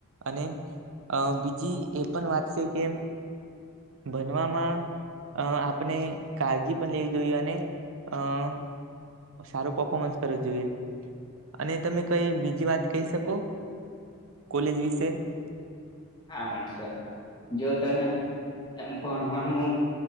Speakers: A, on the right; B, on the left.
A: અને અહ બીજી એ પણ વાત છે કે ભનવામાં અહ આપણે કાળજી પણ લેવી જોઈએ અને અહ સારું પફોમન્સ કરવું જોઈએ. અને તમે કઈ બીજી વાત કહી શકો, કોલેજ વિશે.
B: હા મિત્ર જો તને ત ભણવાનું